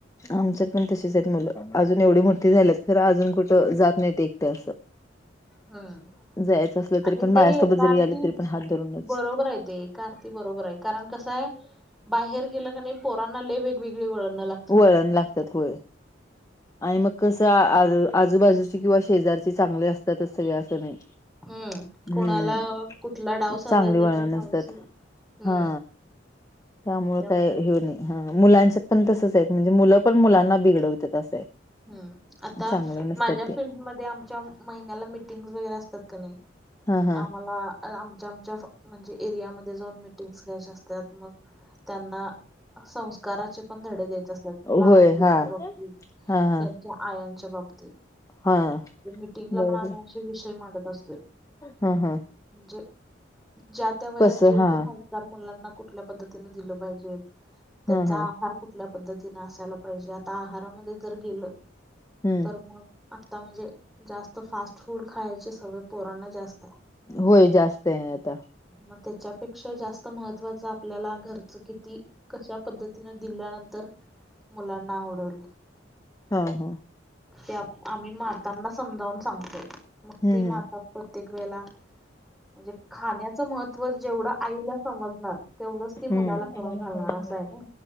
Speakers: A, on the left; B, in the centre.
A: आमच्यात पण तशीच आहेत मुलं अजून एवढी मोठी झाल्यात खरं अजून कुठं जात नाहीत एकटं असं.
B: हम्म
A: जायचं असलं
B: आणि
A: तरी पण
B: ते
A: माझ्यासोबत
B: एका
A: जरी
B: आर्थी
A: आले तरी पण हात धरूनच
B: बरोबर आहे ते. का अर्थी बरोबर आहे कारण कसय बाहेर गेलं क नाही पोरांना लले वेगवेगळी वळणं लाग
A: वळण लागत्यात होय. आणि मग कसं आजूबाजूची किंवा शेजारची चांगले असतातच सगळे असं नाही.
B: हम्म. कोणाला
A: हम्म
B: कुठला डाव साधायचा
A: चांगली वळण
B: ते माणूस
A: नसत्यात
B: हम्म.
A: हा. त्यामुळ
B: त्यामुळे
A: काय ह्यो नाही. हा मुलांच्यात पण तसच आहे म्हणजे मुलं पण मुलांना बिघडवत्यात असं आहे.
B: हम्म आता
A: चांगलं नसतात
B: माझ्या
A: ते
B: फिल्ड मध्ये आमच्या महिन्याला मिटिंग्स वगैरे असतात का नाय
A: हा हा
B: आम्हाला आमच्या आमच्या म्हणजे एरियामध्ये जाऊन मिटिंग्स घ्यायच्या अस त्यात मग त्यांना संस्काराचे पण धडे द्यायचे असतात लहान
A: होय
B: मुलाच्या
A: हा
B: बाबतीत.
A: हा हा
B: त्यांच्या आयांच्या बाबतीत.
A: हा
B: मिटिंगला
A: बरोबर
B: पण आम्ही अशे विषय मांडत असतोय.
A: हा हा
B: म्हणजे ज्या त्या वयात
A: कसं
B: जेे
A: हा
B: ते संस्कार मुलांना कुठल्या पद्धतीने दिलं पाहिजेत. त्यांचा
A: हा हा
B: आहार कुठल्या पद्धतीन असायला पाहिजे आता आहारामध्ये जर गेलं
A: हम्म
B: तर मग आता म्हणजे जास्त फास्ट फूड खायचे सवय पोरांना जास्त आहे.
A: होय जास्त आहे आता!
B: मग त्याच्यापेक्षा जास्त महत्त्वाच आपल्याला घरच किती कशा पद्धतीन दिल्यानंतर मुलांना आवडवल.
A: हा हा!
B: ते आम्ही मातांना समजावून सांगतो मग
A: हम्म
B: ती माता प्रत्येक वेळाला म्हणजे खाण्याचं महत्त्व जेवढं आईला समजणार तेवढंच ती
A: हम्म
B: मुलाला
A: हम्म
B: करून घालणार असं आहे ना.